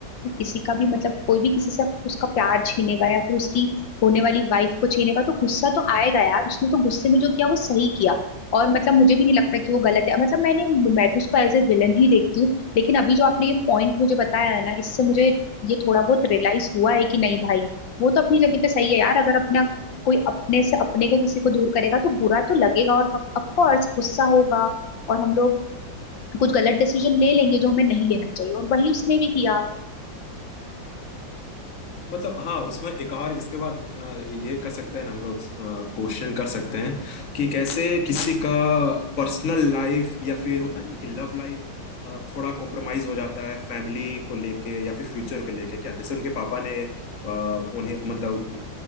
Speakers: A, on the left; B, on the left.
A: किसी का भी मतलब कोई भी किसी से उसका प्यार छीनेगा या फिर उसकी होने वाली वाइफ को छीनेगा तो गुस्सा तो आएगा यार उसने तो गुस्से में जो किया वो सही किया और मतलब मुझे भी नहीं लगता कि वो गलत है मतलब मैंने मैं भी उसको एज ए विलन ही देखती हूँ लेकिन अभी जो आपने ये पॉइंट मुझे बताया है ना इससे मुझे ये थोड़ा बहुत रियलाइज हुआ है कि नहीं भाई वो तो अपनी जगह पे सही है यार अगर अपना कोई अपने से अपने को किसी को दूर करेगा तो बुरा तो लगेगा और ऑफ कोर्स गुस्सा होगा और हम लोग कुछ गलत डिसीजन ले लेंगे जो हमें नहीं लेना चाहिए और वही उसने भी किया
B: मतलब हाँ उसमें एक और इसके बाद अ, ये कर सकते हैं ना हम लोग क्वेश्चन कर सकते हैं कि कैसे किसी का पर्सनल लाइफ या फिर होता नहीं कि लव लाइफ थोड़ा कॉम्प्रोमाइज हो जाता है फैमिली को लेके या फिर फ्यूचर को लेके क्या जैसे उनके पापा ने अ, उन्हें मतलब